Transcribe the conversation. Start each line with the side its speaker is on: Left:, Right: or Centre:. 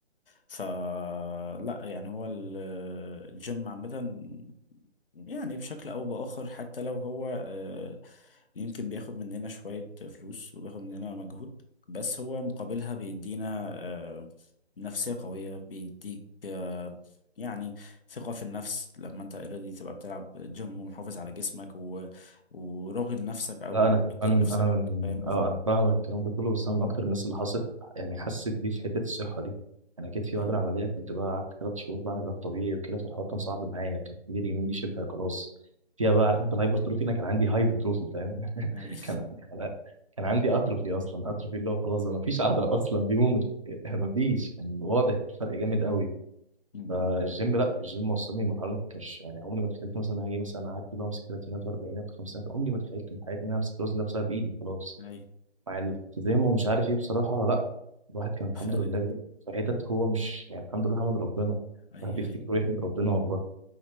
Left: فلا يعني هو ال- الجيم عامة يعني بشكل أو بآخر حتى لو هو آه، يمكن بياخد مننا شوية فلوس وبياخد مننا مجهود بس هو مقابلها بيدينا آه، نفسية قوية بيديك آه، يعني ثقة في النفس لما انت اوريدي تبقى بتلعب جيم ومحافظ على جسمك و... وراغب نفسك او
Right: لا انا كمان
Left: مدي لنفسك
Right: انا من
Left: فاهم
Right: اه انا فاهمك الكلام ده كله بس انا من اكتر الناس اللي حست يعني حست بيه في حته الصحه دي انا جيت في
Left: اي
Right: بعد العمليه كنت بقى قعدت ثلاث شهور بعمل علاج طبيعي وكده فالحوار كان صعب معايا كانت ايدي اليمين دي شبه خلاص فيها بقى عارف انت الهايبرتروفي انا كان عندي هايبرتروفي فاهم <laughs>
Left: اي
Right: كان عندي كان عندي اتروفي اصلا اتروفي اللي هو خلاص ما فيش عضله اصلا بيموت <laughs> ما فيش كان واضح فرق جامد قوي
Left: اي
Right: فالجيم لا الجيم وصلني لمرحله انا كنت مش يعني عمري ما تخيلت مثلا هاجي مثلا اعدي بمسك ثلاثينات واربعينات وخمسينات عمري ما تخيلت في حياتي ان انا امسك الوزن ده بسبب ايدي خلاص
Left: اي
Right: مع الالتزام ومش عارف ايه بصراحه لا الواحد كان الحمد
Left: فرقت
Right: لله في حتت هو مش يعني الحمد لله حمد ربنا
Left: اي
Right: الواحد بيفتكر
Left: اي
Right: ويحمد ربنا والله